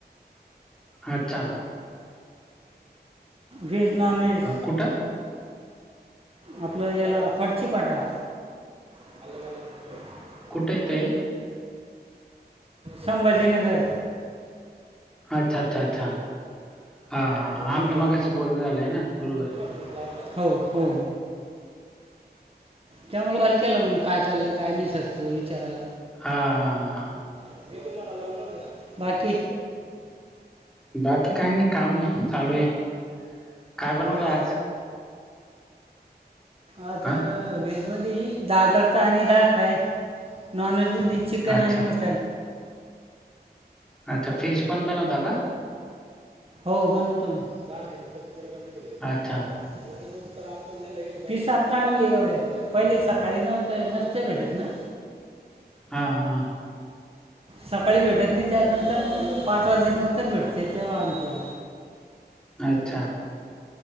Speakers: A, in the centre; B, on the right (about 35°).
A: अच्छा.
B: व्हेज नॉन व्ज
A: कुट?
B: आपलं याला फडची फाटा. <unintelligible>
A: कुठे ते?
B: संभाजीनगर.
A: अच्छा-च्छा-च्छा, हां हां हां आपलं
B: हं.
A: मगाशी बोलणं झालं ना, बरोबर.
B: <inaudible> हो हो त्यामुळे कॉल केला म्हणल काय चाललं? काय नाही सरचं विचारा.
A: हां हां हां
B: <inaudible> बाकी?
A: बाकी काय नही कामये चालूये, काय बनवलंय
B: हो का?
A: आज?
B: आता
A: हा
B: व्हेजमदि दाल तडका आणि दळ फ्राय नॉन व्हेज मदी चिकन
A: अच्छा
B: आणि मटण.
A: आता फिश पण बनवता का?
B: हो बनवतो ना, दहा मिनट
A: अच्छा.
B: त्याचं उत्तर आपलं. पिस आता आणली एवढ्यात, पहिले सकाळी नव्हत नसत भेटत ना.
A: हा हा.
B: सकाळी भेटत नहीं, त्याच्यानंतर मग पाच वाजे नंतर भेटते, तेव्हा आणतो.
A: अच्छा.